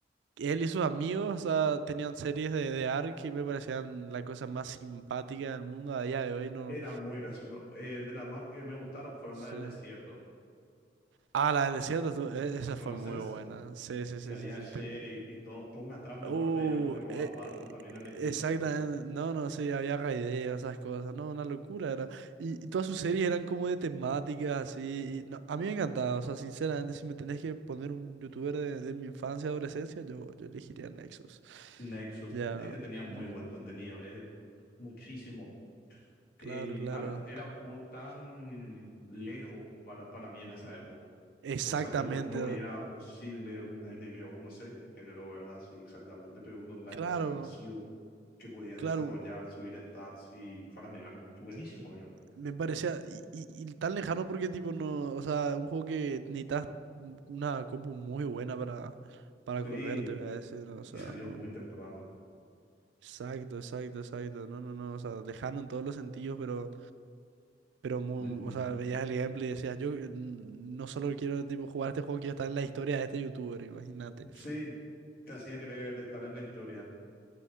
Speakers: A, on the right; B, on the left.
A: él y sus amigos, o sea, tenían series de, de ARK que me parecían la cosa más simpática del mundo. A día de hoy no...
B: eran muy graciosos. Eh, de las más que me gustaron fueron
A: Sí.
B: las del desierto.
A: Ah, la del desierto, tú- e- esa
B: ¿Conoces?
A: fue muy buena. Sí, sí, sí,
B: Que había
A: sí, sí.
B: sheriff
A: te-
B: y todo, toda una trama
A: Uh,
B: enorme, era porque robaban
A: e-
B: bancos
A: e-
B: también al estilo
A: exactamente. No, no, sí, había raideos, esas cosas. No, una locura era. Y, y todas sus series eran como de temáticas, así. y no, a mí me encantaba, o sea, sinceramente, si me tenés que poner un youtuber de, de mi infancia, adolescencia, yo, yo elegiría Nexus.
B: Nexus.
A: Ya.
B: Este tenía muy
A: ujú,
B: buen contenido, eh, muchísimo. Eh,
A: Claro, claro.
B: y Art era un juego tan lejos para, para mí en esa época.
A: Exactamente.
B: O sea, yo po- no veía posible un MMO, no sé el género, ¿verdad? Sí, exactamente, pero un online
A: Claro,
B: así masivo que podías
A: claro.
B: desarrollar, subir stats y farmear. Buenísimo, era.
A: Me parecía y, y- y tan lejano porque tipo no, o sea, un juego que necesitas un- una compu muy buena para para
B: Sí,
A: correrte, a ese, no o
B: y
A: sea,
B: salió
A: no,
B: muy
A: no.
B: temprano.
A: Exacto, exacto, exacto. No, no, no, o sea, lejano en todos los sentidos, pero pero mu-
B: Ujú.
A: mu- o sea, veías el ejemplo y decías, yo mm, no solo quiero tipo jugar este juego, quiero estar en la historia de este youtuber, imagínate.
B: Sí, te hacía querer estar en la historia.